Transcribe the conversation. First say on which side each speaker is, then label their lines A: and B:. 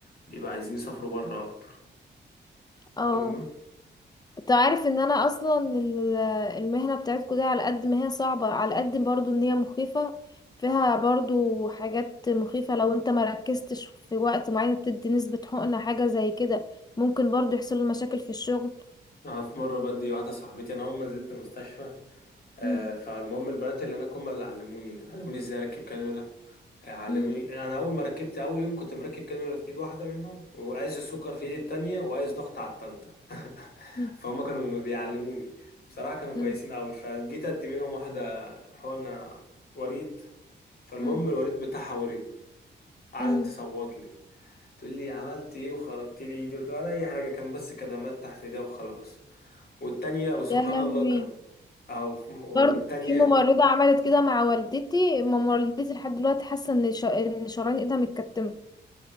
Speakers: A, on the left; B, on the left.
A: بيبقى عايزين يسافروا بره أكتر
B: اه
A: فاهمة؟
B: انت عارف ان انا اصلا ال- المهنة بتاعتكم دي على قد ما هي صعبة على قد برضو ان هي مخيفة فيها برضو حاجات مخيفة لو انت ما ركزتش في وقت معين بتدي نسبة حقنة حاجة زي كده ممكن برضو يحصل له مشاكل في الشغل
A: أنا في مرة بدي واحدة صاحبتي أنا أول ما نزلت مستشفى آه
B: مم.
A: فالمهم البنات اللي أنا كنا اللي علموني علموني إزاي أركب كانيولا علموني
B: مم.
A: انا اول ما ركبت اول يوم كنت مركب كانولا في ايد واحده منهم وقايس السكر في ايد التانية وقايس ضغط على التالتة <laughs>
B: مم.
A: فهم كانوا بيعلموني بصراحه كانوا كويسين
B: مم.
A: قوي فجيت ادي منهم واحده حقنه وريد فالمهم
B: مم.
A: الوريد بتاعها ورم قعدت
B: مم.
A: تصوت لي تقول لي عملت ايه وخربت لي ايدي قلت لها ولا اي حاجه كان بس كدمات تحت ايديها وخلاص والتانية وسبحان
B: يا لهوي
A: الله كان اه والتانية
B: برضو في ممرضة عملت كده مع والدتي ماما والدتي لحد دلوقتي حاسة ان شا- ان شرايين ايدها متكتمة